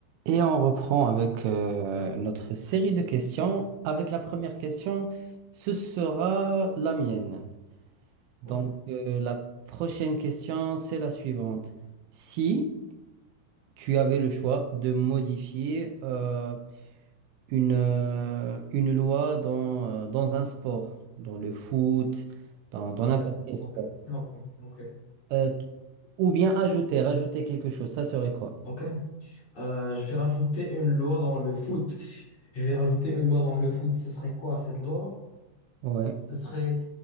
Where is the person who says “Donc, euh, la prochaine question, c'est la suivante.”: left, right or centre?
Right